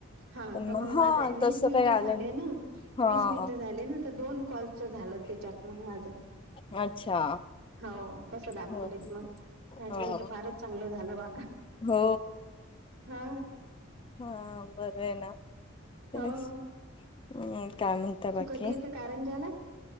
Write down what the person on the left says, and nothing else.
पण
हा
तसं
काही आलं
नाही
हा.
अच्छा
ह
ह
हो
हा बरं आहे ना तेच
काय म्हणता
बाकी